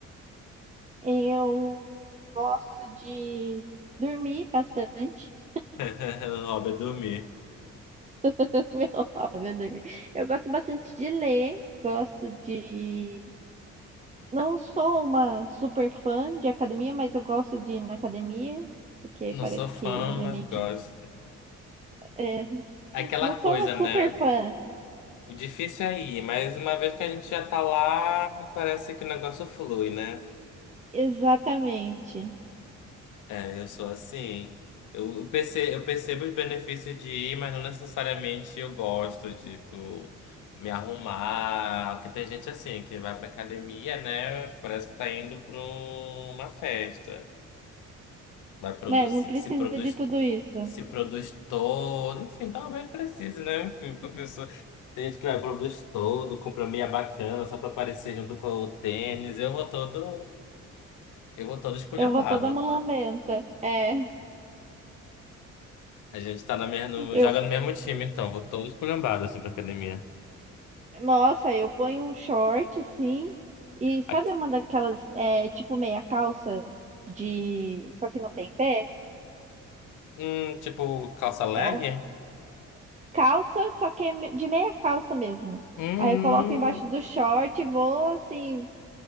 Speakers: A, on the right; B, on the left.
A: Eu gosto de dormir bastante.
B: <laughs> O hobby é dormir.
A: <laughs> Meu, óbvio, dormir. Eu gosto bastante de ler, gosto de. Não sou uma super fã de academia, mas eu gosto de ir na academia, porque
B: Não
A: parece
B: sou fã,
A: que a minha
B: mas
A: mente.
B: gosto.
A: é,
B: Aquela
A: não sou
B: coisa,
A: uma super
B: né?
A: fã.
B: O difícil é ir, mas uma vez que a gente já tá lá, parece que o negócio flui, né?
A: Exatamente.
B: É, eu sou assim. Eu, eu perce- eu percebo os benefícios de ir, mas não necessariamente eu gosto, tipo, me arrumar. Porque tem gente assim, que vai pra academia, né? Parece que tá indo pra um- uma festa. Vai produzir,
A: Né? Não precisa
B: se produz
A: de tudo isso.
B: se produz todo, enfim, talvez precise, né? Enfim, pra pessoa. Tem gente que vai, produz todo, compra meia bacana só pra aparecer junto com o tênis. Eu vou todo, eu vou todo esculhambado.
A: Eu vou toda mulambenta. É,
B: A gente tá na mesma, no-
A: eu,
B: joga no mesmo time, então, vou todo esculhambado assim pra academia.
A: nossa, eu ponho um short assim e sabe
B: Aqui-
A: uma daquelas é, tipo meia calça de, só que não tem pé?
B: Hum, tipo, calça leg?
A: É um calça, só que é me- de meia calça mesmo.
B: Hum.
A: Aí eu coloco embaixo do short e vou assim,